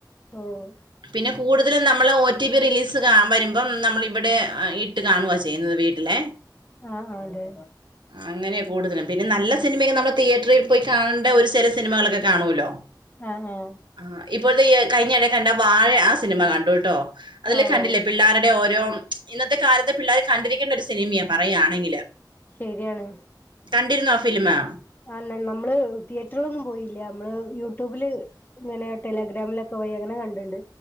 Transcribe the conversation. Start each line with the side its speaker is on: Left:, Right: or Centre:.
Left: ഓഹ്
Right: പിന്നെ കൂടുതലും നമ്മള് ഒ റ്റി പി റിലീസ്- കാ വരുമ്പം നമ്മള് ഇവിടെ ഇട്ട് കാണുവ ചെയ്യുന്നത് വീട്ടിലെ
Left: ആഹ് അതെ
Right: അങ്ങനെയ കൂടുതലും പിന്നെ നല്ല സിനിമെക്കെ നമ്മൾ തിയേറ്ററി പോയി കാണേണ്ട ഒരു ചെല സിനിമകളൊക്കെ കാണുമല്ലോ?
Left: ആഹ് ആഹ്
Right: ആ ഇപ്പോഴത്തെ ഈ കഴിഞ്ഞയെടെ കണ്ട വാഴ ആ സിനിമ കണ്ടുട്ടോ- അതില്
Left: ഓഹ്
Right: കണ്ടില്ലേ പിള്ളേരുടെ ഓരോ ഇന്നത്തെ കാലത്ത് പിള്ളേര് കണ്ടിരീ ക്കേണ്ട ഒരു സിനിമയ പറയുകയാണെങ്കില്
Left: ശരിയാണ്
Right: കണ്ടിരുന്നോ ആഫിലിമ്?
Left: ആ നമ്മള് തിയേറ്ററിലൊന്നും പോയില്ല അമ്മള് യൂട്യൂബില് ഇങ്ങനെയ ടെലഗ്രാമിലൊക്കെ പോയി അങ്ങനെ കണ്ടിണ്ട്